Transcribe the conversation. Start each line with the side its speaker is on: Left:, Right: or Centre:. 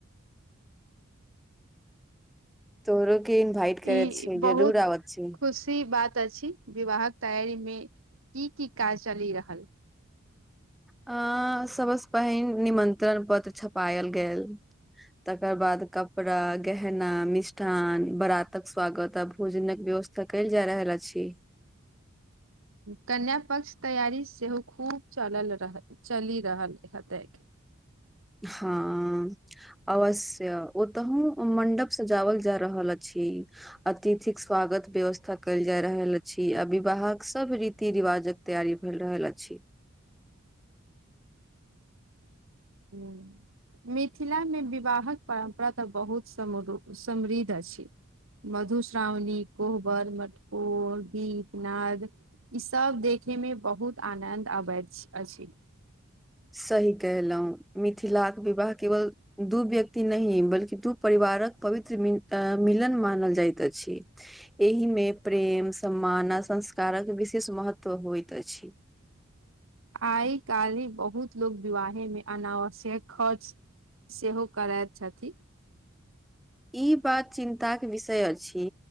Centre: तोहरो के इन्वाइट करैत
Right: ई
Centre: छी
Right: बहुत
Centre: जरूर आबत छी
Right: खुशी बात अछि विवाहक तैयारी मे की की काज चलि रहल
Centre: अ सबस पहिन निमंत्रण पत्र छपायल गेल तकर बाद कपड़ा गहना मिष्ठान बराातक स्वागत आ भोजन के व्यवस्था कल जाय रहल अछि
Right: कन्य पक्ष तैयारी सेहो खूब चलल रह चलि रहल हतेक
Centre: हँ अवश्य ओ तहुू मं्डप से जाावल जा रहल अछि अतिथिक स्वागत व्यवस्था कयल जा रहल अछि अ विवाहक सब रीति रिवाजक तैयारी भेल रहल अछि
Right: हूँ मिथिला मे विवाहक परम्परा तऽ बहुत समृद्ध अछि मधुश्रावणी कोहबर मटकोर गीत नाद ई सब देखे मे बहुत आनद अबैत अछि
Centre: सही कहलहुँ मिथिलाके विवाह केवल दू व्यक्ति नहि बल्कि दू परिवारक पवित्र मिलन मानल जाइत अछि एहि मे प्रेम सम्मान आ संस्कारक विशेष महत्व होइत अछि
Right: आइ काल्हि बहुत लोको विवाहे में अनावश्यक खर्च सेहो करैत छथि
Centre: ई बात चिन्ता के विषय अछि